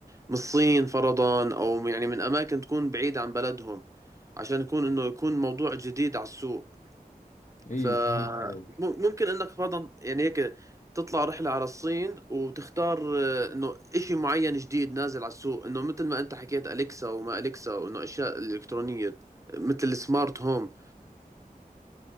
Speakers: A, on the right; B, on the left.
A: من الصين فرضا او يعني من اماكن تكون بعيدة عن بلدهم عشان يكون انه يكون موضوع جديد على السوق
B: إيه
A: فممكن
B: فهمت عليك
A: انك فرضا يعني هيك تطلع رحلة على الصين وتختار آه، انه اشي معين جديد نازل على السوق انه مثل ما انت حكيت اليكسا وما اليكسا وانه اشياء الكترونية مثل السمارت هوم